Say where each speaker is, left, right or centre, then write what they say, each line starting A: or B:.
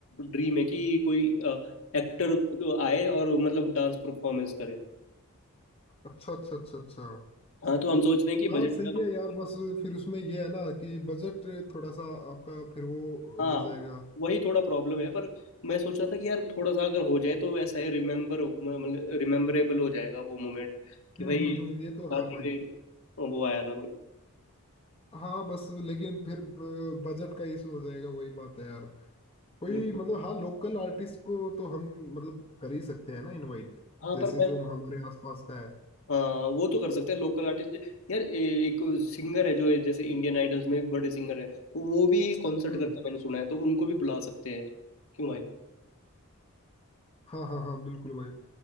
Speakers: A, on the left; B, on the left.
A: ड्रीम है कि कोई एक्टर आए और मतलब डांस परफॉर्मेंस करे
B: अच्छा अच्छा अच्छा अच्छा
A: हाँ तो हम सोच रहे हैं कि
B: हाँ
A: बजट
B: सही है यार बस फिर उसमें ये है ना कि बजट थोड़ा सा आपका फिर वो
A: हाँ
B: हो जाएगा
A: वही थोड़ा प्रॉब्लम है पर मैं सोच रहा था कि यार थोड़ा सा अगर हो जाए तो ऐसा है रिमेम्बर रिमेम्बरेबल हो जाएगा वो मोमेंट कि
B: हम्म
A: भाई
B: हम्म हम्म ये
A: शादी
B: तो है भाई
A: में वो आया था कोई
B: हाँ बस लेकिन फिर बजट का इशू हो जाएगा वही बात है यार कोई
A: हम्म।
B: मतलब हाँ लोकल आर्टिस्ट को तो हम मतलब कर ही सकते हैं ना इनवाइट
A: हाँ
B: जैसे
A: पर मैं
B: जो हमारे आसपास का है
A: हाँ वो तो कर सकते हैं लोकल आर्टिस्ट यार ए- एक सिंगर है जो जैसे इंडियन आइडल्स में बड़े सिंगर है तो वो भी कॉन्सर्ट
B: हम्म
A: करते हैं मैंने सुना है तो उनको भी बुला सकते हैं क्यों भाई
B: हाँ हाँ हाँ बिल्कुल भाई